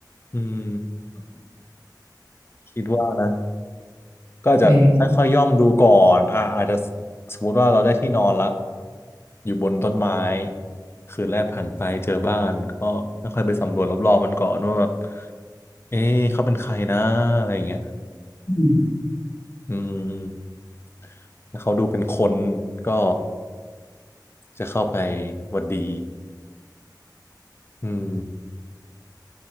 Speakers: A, on the left; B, on the left.
A: อืมคิดว่านะ ก็อาจจะค่อยๆย่องดูก่อนอ่าอาจจะ
B: <laughs>
A: สมมติว่าเราได้ที่นอนแล้วอยู่บนต้นไม้คืนแรกผ่านไปเจอบ้านก็ค่อยๆไปสำรวจรอบๆมันก่อนว่าแบบเอ๊ะเขาเป็นใครนะอะไรอย่างเงี้ย
B: เออ
A: อืมถ้าเขาดูเป็นคนก็จะเข้าไปหวัดดีอืม